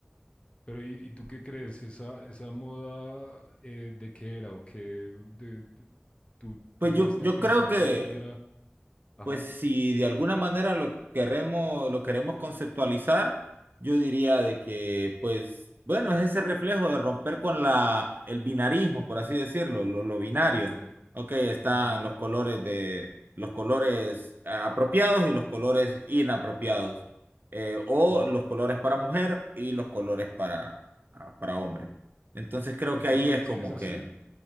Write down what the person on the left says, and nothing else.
Pero ¿y, y tú qué crees? ¿Esa, esa moda eh, de qué era o qué de- de- tú
llegaste
a pensar
de qué era? Ajá.
ujú,
ujú,
ujú.
¿Y
tú
sientes
que es así?